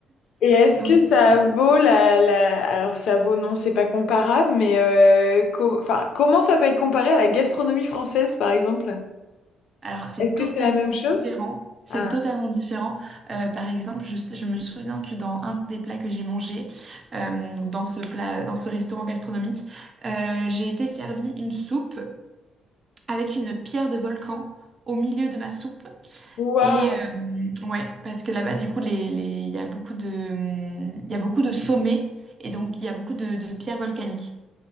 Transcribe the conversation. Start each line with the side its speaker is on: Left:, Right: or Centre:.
Left: Et est-ce
Right: Donc,
Left: que
Right: c'est-
Left: ça vaut la, la... Alors ça vaut, non, c'est pas comparable, mais euh, co- enfin, comment ça peut être comparé à la gastronomie française, par exemple?
Right: alors c'est
Left: Est-ce que
Right: totalement
Left: c'est la même chose?
Right: différent. C'est
Left: Ah,
Right: totalement différent. Euh, par exemple, je, sais- je me souviens que dans un des plats que j'ai mangé, euh, donc dans ce plat, dans ce restaurant gastronomique, euh, j'ai été servie une soupe avec une pierre de volcan au milieu de ma soupe.
Left: waouh!
Right: Et euh, ouais, parce que là-bas, du coup, les, les- il y a beaucoup de, il y a beaucoup de sommets et donc il y a beaucoup de, de pierres volcaniques.